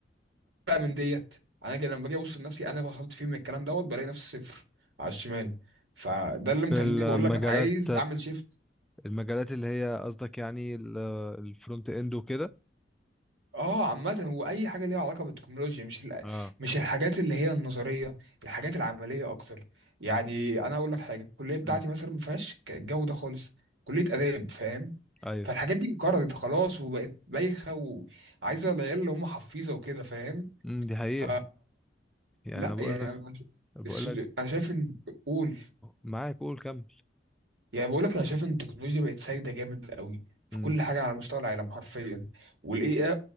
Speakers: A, on the right; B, in the centre.
A: بقى من ديت انا جا- لما باجي ابص لنفسي انا وصلت فين من الكلام دوت بلاقي نفسي صفر على الشمال فده اللي مخليني
B: في المجالات
A: بقول لك انا عايز اعمل شيفت
B: المجالات اللي هي قصدك يعني الفرونت اند وكده
A: اه عامة هو أي حاجة ليها علاقة بالتكنولوجيا مش ال-
B: اه
A: مش الحاجات اللي هي النظرية الحاجات العملية أكتر يعني أنا أقول لك حاجة الكلية بتاعتي
B: امم
A: مثلا ما فيهاش ك- الجو ده خالص كلية آداب فاهم
B: ايوه
A: فالحاجات دي انقرضت خلاص وبقت بايخة وعايزة العيال اللي هم حفيظة وكده فاهم
B: امم دي حقيقة
A: ف
B: يعني
A: لا
B: انا بقول
A: يعني
B: لك
A: أنا ش-
B: بقول
A: السود-
B: لك
A: أنا شايف إن قول
B: معاك قول كمل
A: يعني بقول لك أنا شايف إن التكنولوجيا بقت سايدة جامد قوي في
B: امم
A: كل حاجة على مستوى العالم حرفيا والاي